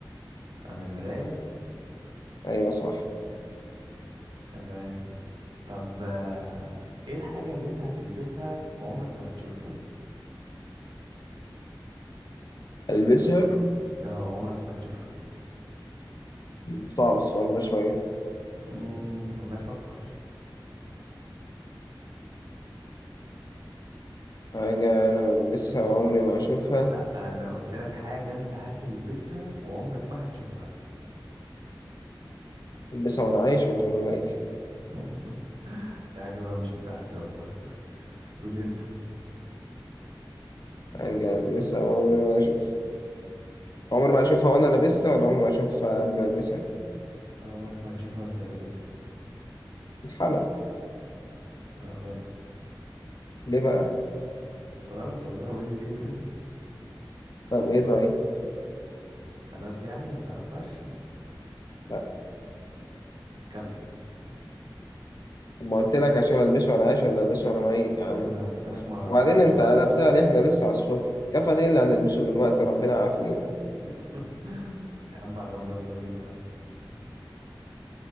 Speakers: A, on the right; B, on the left.
A: انا المراية
B: أيوة صح
A: تمام طب آه، ايه الحاجة اللي انت هتلبسها وعمرك ما هتشوفها
B: ألبسها
A: اه عمرك ما هتشوفها
B: صعب السؤال ده شوية
A: امم والله افكر
B: حاجة أنا بلبسها وعمري ما أشوفها
A: لا انا قلت لك حاجة انت هتلبسها وعمرك ما هتشوفها
B: ألبسها وأنا عايش ولا وأنا ميت
A: <laughs> دي حاجة بقى مش بتاعتي والله <laughs> قول انت
B: حاجة ألبسها وعمري ما أشوف عمري ما أشوفها وأنا لابسها ولا عمري ما أشوفها قبل ما ألبسها
A: عمرك ما هتشوفها وانت لابسها
B: الحلق
A: لا غلط
B: ليه بقى؟
A: غلط والله وايه اللي ليه <laughs>
B: طب إيه طيب؟
A: خلاص يعني ما تعرفهاش
B: لا
A: الكف
B: طب ما قلت لك أشوف ألبسه وأنا عايش ولا ألبسه وأنا ميت يا عم
A: ما انا قلت لك ما اعرفهاش
B: وبعدين انت
A: بقى
B: قلبتها ليه احنا لسه على الصبح كفن ايه اللي هنلبسه دلوقتي ربنا عافينا
A: <laughs> يا عم بعد عمر طويل يا عم